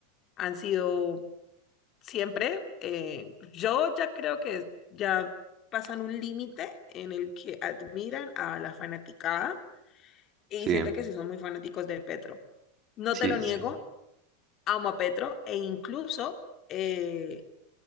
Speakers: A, on the left (about 30°); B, on the right (about 30°).
A: han sido siempre. eh, yo ya creo que ya pasan un límite en el que admiran a la fanaticada y
B: sí,
A: siento que sí son muy fanáticos de Petro. No
B: sí.
A: te lo niego,
B: sí.
A: amo a Petro e incluso eh,